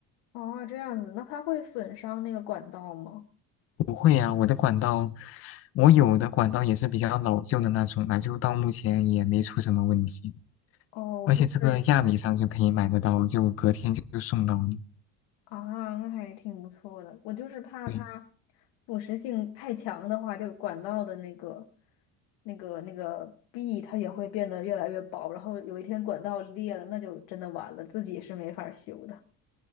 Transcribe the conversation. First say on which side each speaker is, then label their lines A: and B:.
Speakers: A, on the left; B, on the left.
A: 哦，这样子，那它会损伤那个管道吗？
B: 不会啊，我的管道，我有的管道也是比较老旧的那种了，就到目前也没出什么问题。
A: 哦，我就是。
B: 而且这个亚米上就可以买得到，就隔天就就送到你。
A: 啊，那还挺不错的。我就是怕它
B: 对
A: 腐蚀性太强的话，就管道的那个、那个、那个壁，它也会变得越来越薄。然后有一天管道裂了，那就真的完了，自己是没法儿修的。